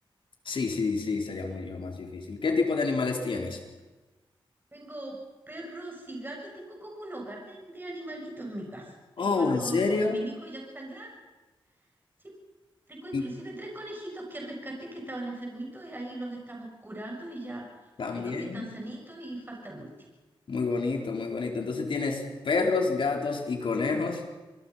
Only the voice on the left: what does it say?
Sí, sí, sí, sería mucho más difícil. ¿Qué tipo de animales tienes?
Oh,
¿en serio?
Y
también.
Muy bonito, muy bonito. Entonces tienes perros, gatos y conejos.